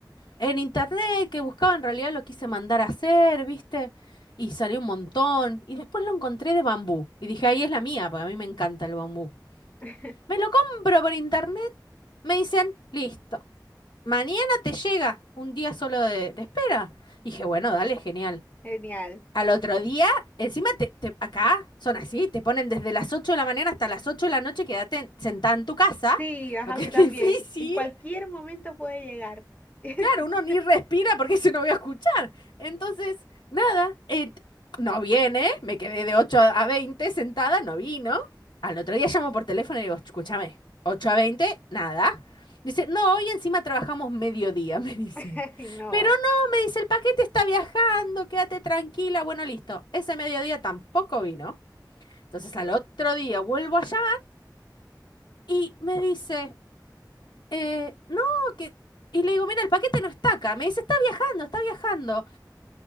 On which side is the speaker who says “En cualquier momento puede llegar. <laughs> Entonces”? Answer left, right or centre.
Left